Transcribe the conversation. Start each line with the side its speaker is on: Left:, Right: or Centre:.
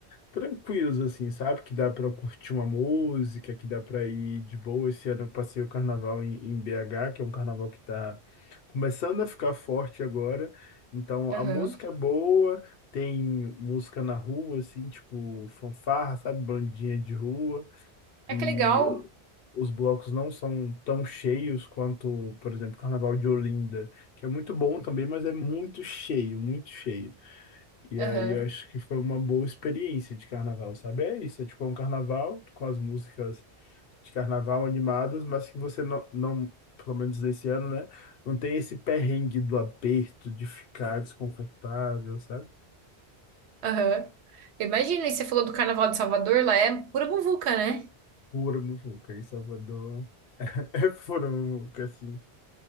Left: tranquilos, assim, sabe? Que dá pra curtir uma música, que dá pra ir de boa. Esse ano eu passei o carnaval em, em BH, que é um carnaval que tá começando a ficar forte agora. Então
Right: Aham.
Left: a música é boa, tem música na rua, assim, tipo fanfarra, sabe? Bandinha de rua
Right: Ah,
Left: e
Right: que legal.
Left: o- os blocos não são tão cheios quanto, por exemplo, o Carnaval de Olinda, que é muito bom também, mas é muito cheio, muito cheio. E
Right: Aham.
Left: aí eu acho que foi uma boa experiência de carnaval, sabe? É isso, é tipo é um carnaval com as músicas de carnaval animadas, mas que você não, não, pelo menos esse ano, né? Não tem esse perrengue do aperto, de ficar desconfortável, sabe?
Right: Aham. Imagina, e você falou do carnaval de Salvador, lá é pura muvuca, né?
Left: Pura muvuca em Salvador. <laughs> Foram, nunca, assim.